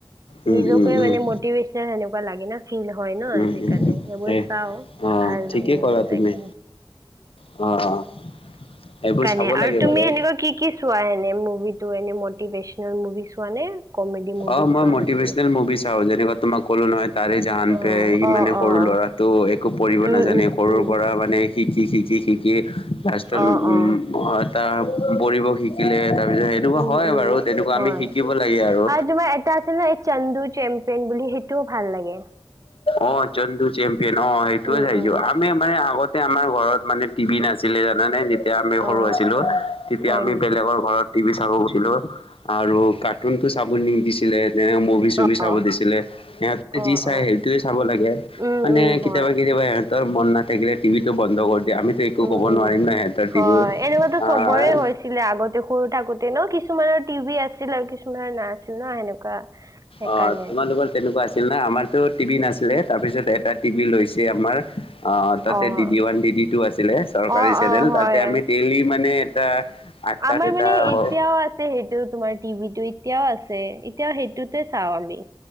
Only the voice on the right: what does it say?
নিজকে
মানে মটিভেশচনেল সেনেকুৱা লাগে না। ফিল হয় ন
সেইকাৰণে
সেইবোৰ
চাও
ভাল
লাগে সেইবোৰ
চাই
কি।
সেই
কাৰণে
আৰু
তুমি
সেনেকুৱা কি কি চোৱা এনে মুভিত। তো এনে মটিভেশনল মুভি ছোৱা নে? কমেডি মুভি
চোৱা
বেছি
অ',
অ',
অ',
উম,
উম,
উম,
অ',
অ',
উম,
উম।
হয়
তোমাৰ এটা আছিল ন এই চন্দু চেম্পিয়ন বুলি সেইটোও ভাল লাগে।
উম,
উম,
অ',
অ',
হয়
নেকি?
অ',
অ',
অ',
উম,
উম, হয়,
উম
উম,
হয় এনেকুৱাতো
চবৰে হৈছিলে আগতে সৰু থাকোতে ন কিছু কিছুমানৰ টিভি আছিল আৰু কিছুমানৰ না আছিল ন সেনেকুৱা সেইকাৰণে
অ',
অ',
অ', হয়।
আমাৰ
মানে এতিয়াও
আছে সেইটো তোমাৰ টিভিটো এতিয়াও আছে। এতিয়াও সেইটোতে চাওঁ আমি।